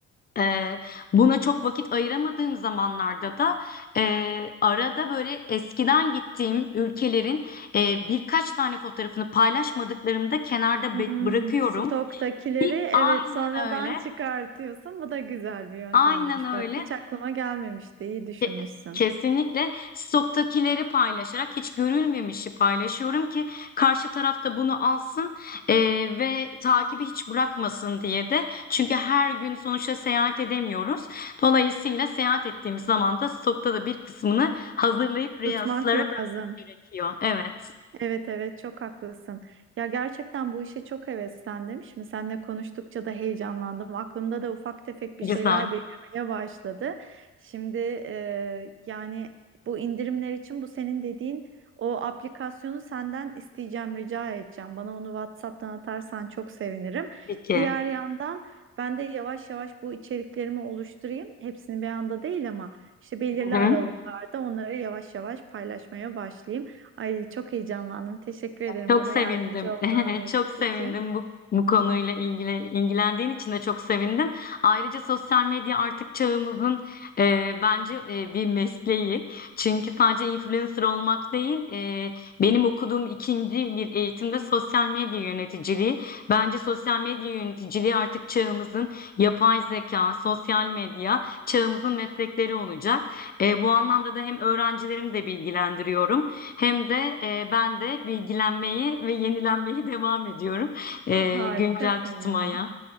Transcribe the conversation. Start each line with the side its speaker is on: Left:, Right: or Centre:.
Left: ee, buna çok vakit ayıramadığım zamanlarda da e, arada böyle eskiden gittiğim ülkelerin e, birkaç tane fotoğrafını paylaşmadıklarımda kenarda
Right: Hmm,
Left: be- bırakıyorum.
Right: stoktakileri
Left: Ki
Right: evet
Left: Aynen
Right: sonradan
Left: öyle.
Right: çıkartıyorsun. Bu da güzel bir yöntemmiş.
Left: Aynen öyle.
Right: Bak hiç aklıma gelmemişti. İyi düşünmüşsün.
Left: Ke- Kesinlikle stoktakileri paylaşarak hiç görülmemişi paylaşıyorum ki karşı tarafta bunu alsın e, ve takibi hiç bırakmasın diye de. Çünkü her gün sonuçta seyahat edemiyoruz. Dolayısıyla seyahat ettiğimiz zaman da stokta da bir kısmını hazırlayıp Reels'lara
Right: Tutmak lazım.
Left: bırakmak gerekiyor. Evet,
Right: Evet evet çok haklısın. Ya gerçekten bu işe çok heveslendim. Şimdi seninle konuştukça da heyecanlandım. Aklımda da ufak tefek bir
Left: güzel.
Right: şeyler belirmeye başladı. Şimdi e, yani bu indirimler için bu senin dediğin o aplikasyonu senden isteyeceğim, rica edeceğim. Bana onu WhatsApp'tan atarsan çok sevinirim.
Left: Peki.
Right: Diğer yandan ben de yavaş yavaş bu içeriklerimi oluşturayım. Hepsini bir anda değil ama işte belirli
Left: Hı hı.
Right: aralıklarda onları yavaş yavaş paylaşmaya başlayayım. Ay çok heyecanlandım. Teşekkür ederim
Left: Çok
Right: bana
Left: sevindim.
Right: yardımcı olduğun
Left: <laughs> Çok sevindim
Right: için.
Left: bu bu konuyla ilgili ilgilendiğin için de çok sevindim. Ayrıca sosyal medya artık çağımızın e, bence e, bir mesleği. Çünkü sadece influencer olmak değil, e, benim okuduğum ikinci bir eğitimde sosyal medya yöneticiliği. Bence sosyal medya yöneticiliği artık çağımızın yapay zeka, sosyal medya çağımızın meslekleri olacak. E, bu anlamda da hem öğrencilerimi de bilgilendiriyorum hem de e, ben de bilgilenmeyi ve yenilenmeyi <laughs> devam ediyorum. E,
Right: Harikasın
Left: güncel tutmaya.
Right: ya.